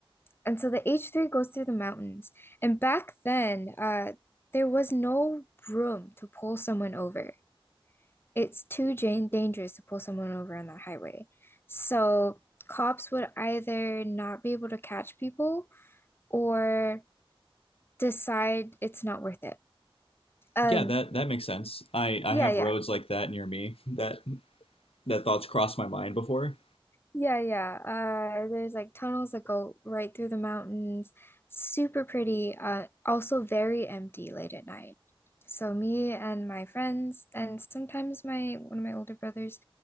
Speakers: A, on the left (about 25°); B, on the left (about 80°).
A: and so the H3 goes through the mountains. And back then, uh, there was no room to pull someone over. It's too jan- dangerous to pull someone over on that highway. So cops would either not be able to catch people or decide it's not worth it. Um,
B: yeah, that that makes sense. I I
A: yeah,
B: have
A: yeah.
B: roads like that near me. <laughs> That that thoughts crossed my mind before.
A: Yeah, yeah. Uh, there's like tunnels that go right through the mountains. Super pretty. Uh, also very empty late at night. So me and my friends and sometimes my one of my older brothers